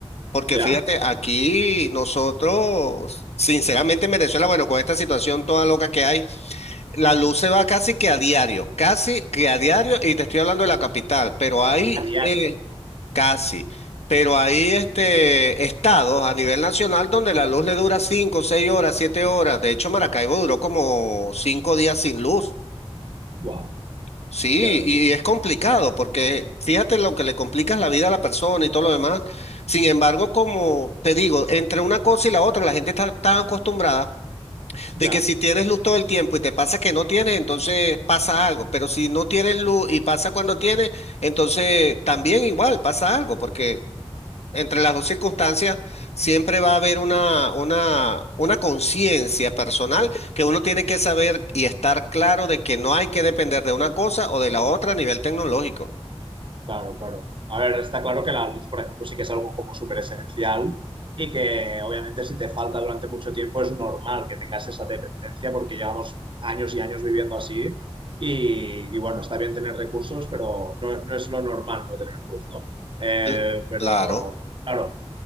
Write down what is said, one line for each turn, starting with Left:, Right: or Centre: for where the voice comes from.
Left: porque
Right: Ya,
Left: fíjate, aquí nosotros, sinceramente en Venezuela, bueno, con esta situación toda loca que hay, la luz se va casi que a diario, casi que a diario, y te estoy hablando de la capital, pero hay...
Right: a diario.
Left: eh, Casi. Pero hay este, estados a nivel nacional donde la luz le dura 5, 6 horas, 7 horas. De hecho, Maracaibo duró como 5 días sin luz.
Right: Wow,
Left: Sí,
Right: ya ves,
Left: y es complicado porque fíjate lo que le complicas la vida a la persona y todo lo demás. Sin embargo, como te digo, entre una cosa y la otra, la gente está tan acostumbrada
Right: ya.
Left: de que si tienes luz todo el tiempo y te pasa que no tienes, entonces pasa algo. Pero si no tienes luz y pasa cuando tienes, entonces también igual pasa algo, porque entre las dos circunstancias siempre va a haber una, una, una conciencia personal que uno tiene que saber y estar claro de que no hay que depender de una cosa o de la otra a nivel tecnológico.
Right: Claro, claro. A ver, está claro que la luz, por ejemplo, sí que es algo como súper esencial y que obviamente si te falta durante mucho tiempo es normal que tengas esa dependencia porque llevamos años y años viviendo así y, y bueno, está bien tener recursos, pero no, no es lo normal no tener luz, ¿no? Eh,
Left: Cl-
Right: pero
Left: Claro.
Right: claro,